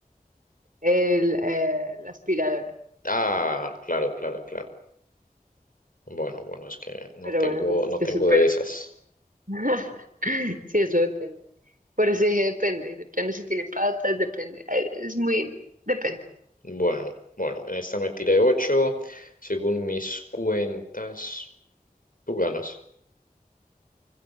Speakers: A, on the right (about 60°); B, on the left (about 65°).
A: el, eh, la aspiradora.
B: Ah, claro, claro, claro. Bueno, bueno, es que no
A: Pero
B: tengo,
A: bueno, te hiciste
B: no tengo
A: súper
B: de esas.
A: bien. <laughs> Sí, eso depende. Por eso dije depende. Depende si tiene patas, depende. Es muy, depende.
B: Bueno, bueno, en esta me tiré ocho, Según mis cuentas, tú ganas.